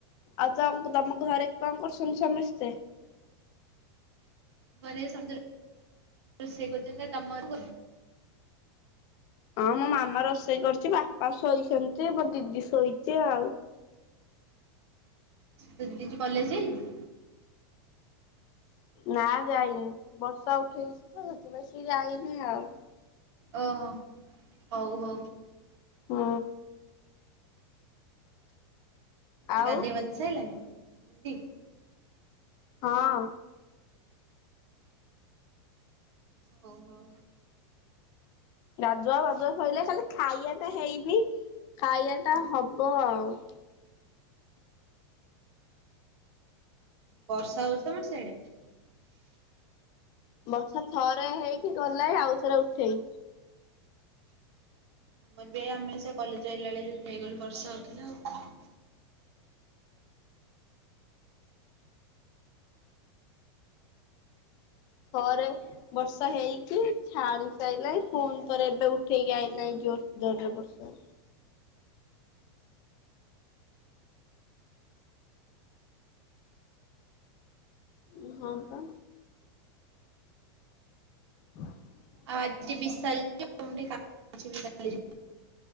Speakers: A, on the left; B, on the right.
A: ଆଉ ତମ ଘରେ କଣ କରୁସନ୍ତି ସମସ୍ତେ?
B: କଣ କରିବେ ରୋଷେଇ କରୁସନ୍ତି। ଆଉ ତମ ଘରେ କ
A: ହଁ ମୋ ମାମା ରୋଷେଇ କରୁ ଚି ବାପା ଶୋଇସନ୍ତି, ମୋ ଦିଦି ଶୋଇଚି ଆଉ।
B: ତୋ ଦିଦିଆଜି କଲେଜ୍ ଯାଇନି?
A: ନା ଯାଇନି ବର୍ଷା ଉଠେଇଚି ତ ସେଥିପାଇଁ ସିଏ ଯାଇନି ଆଉ।
B: ଓହୋ, ହଉ ହଉ।
A: ହୁଁ।
B: ସେ
A: ଆଉ
B: ଗାଧେଇ ପାଧେଇ ସାରିଲାଣି? ଦିଦି।
A: ହଁ।
B: ହଉ ହଉ
A: ଗାଧୁଆ ପାଧୁଆ ସରିଲାଣି ଖାଲି ଖାଇବାଟା ହେଇନି ଖାଇବା ଟା ହବ ଆଉ।
B: ବର୍ଷା ହଉଛି ତମର ସିଆଡେ?
A: ବର୍ଷା ଥରେ ହେଇକି ଗଲା ଆଉଥରେ ଉଠେଇ
B: ଆମର ବି ଆମେ ସେ କଲେଜ ଆଇିଲା ବେଳେ ଯି ହେଇଗଲୁ ବର୍ଷା ହଉଥିଲା ଆଉ।
A: ଥରେ ବର୍ଷା ହେଇକି ଛାଡି ସାରିଲାଇ ପୁଣିଥରେ ଏବେ ଉଠେଇକି ଆଇଲାହିଁ ଜୋର ଜୋରରେ ବର୍ଷା। ଉ ହଁ ପା ହ <inaudible>
B: ଆଉ ଆଜି ବି <unintelligible>